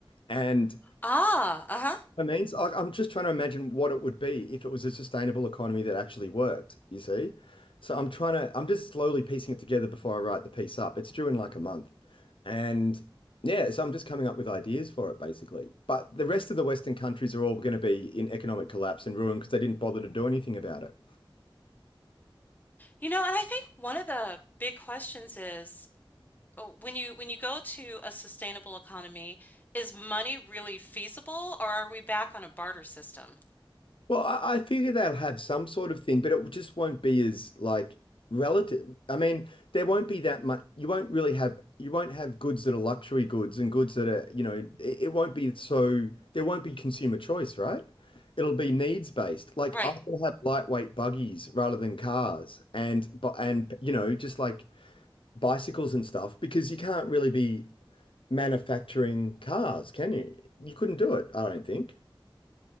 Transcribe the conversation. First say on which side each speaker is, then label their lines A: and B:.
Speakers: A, on the left; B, on the left.
A: And
B: Ah, uh-huh.
A: I mean, so, like, I'm just trying to imagine what it would be if it was a sustainable economy that actually worked, you see? So I'm trying to, I'm just slowly piecing it together before I write the piece up. It's due in like a month. And yeah, so I'm just coming up with ideas for it basically. But the rest of the Western countries are all going to be in economic collapse and ruin because they didn't bother to do anything about it.
B: You know, and I think one of the big questions is uh, when you when you go to a sustainable economy, is money really feasible or are we back on a barter system?
A: Well, I, I figure they'll have some sort of thing, but it just won't be as like relative. I mean, there won't be that much. You won't really have you won't have goods that are luxury goods and goods that are, you know, it, it won't be so there won't be consumer choice, right? It'll be needs based. Like
B: Right.
A: I will have lightweight buggies rather than cars and but and you know, just like bicycles and stuff because you can't really be manufacturing cars, can you? You couldn't do it, I don't think.